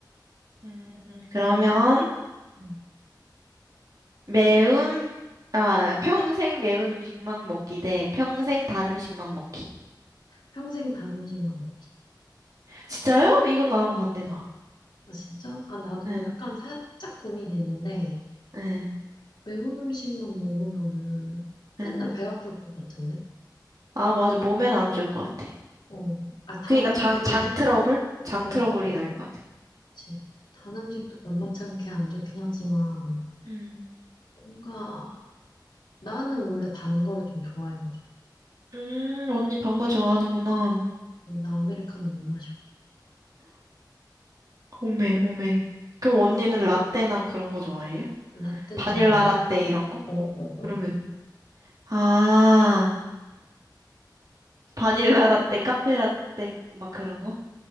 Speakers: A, on the right; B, on the left.
A: 음, 그러면
B: 음.
A: 매운, 아, 평생 매운 음식만 먹기 대 평생 단 음식만 먹기.
B: 평생 단 음식만 먹기.
A: 진짜요? 이건 나랑 반대다.
B: 아, 진짜? 아, 나도
A: 응,
B: 약간 살짝 고민됐는데,
A: 응,
B: 매운 음식만 먹으면은 맨날
A: 응.
B: 배 아플 것 같은데?
A: 아, 맞아. 몸에는 안 좋을 것 같아.
B: 어. 아, 단
A: 그니까
B: 음식도,
A: 장, 장 트러블? 장
B: 어,
A: 트러블이
B: 어, 어,
A: 날 것
B: 어.
A: 같아.
B: 그치. 단 음식도
A: 응.
B: 만만치 않게 안 좋긴 하지만,
A: 음,
B: 뭔가, 나는 원래 단 거를 좀 좋아해가지고.
A: 음, 언니 단 거 좋아하는구나.
B: 어, 나 아메리카노 못 마셔.
A: 오메, 오메. 그럼 언니는 라떼나 그런 거 좋아해요?
B: 라떼도
A: 바닐라
B: 잘 안 마셔.
A: 라떼 이런 거?
B: 어, 어,
A: 그러면,
B: 어.
A: 아, 바닐라 라떼, 카페 라떼, 막 그런 거?